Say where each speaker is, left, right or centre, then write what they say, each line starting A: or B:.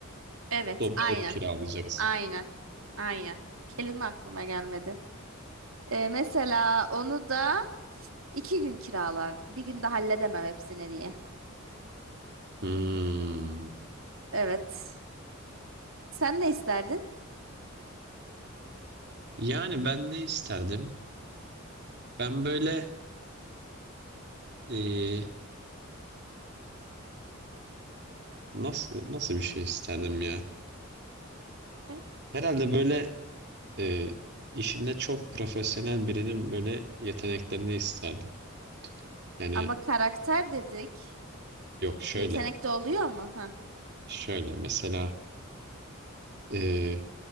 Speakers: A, on the right; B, on the right.
A: Evet,
B: Dobralık
A: aynen.
B: kiralayacaksın.
A: Aynen. Aynen. Kelime aklıma gelmedi. Ee, mesela onu da iki gün kiralardım. Bir günde halledemem hepsini diye.
B: Hmm.
A: Evet. Sen ne isterdin?
B: Yani ben ne isterdim? Ben böyle eee, nasıl nasıl bir şey isterdim ya?
A: <laughs>
B: Herhalde böyle eee, işinde çok profesyonel birinin böyle yeteneklerini isterdim. Yani
A: Ama karakter dedik.
B: yok şöyle
A: Yetenek de oluyor mu? Ha,
B: şöyle mesela eee,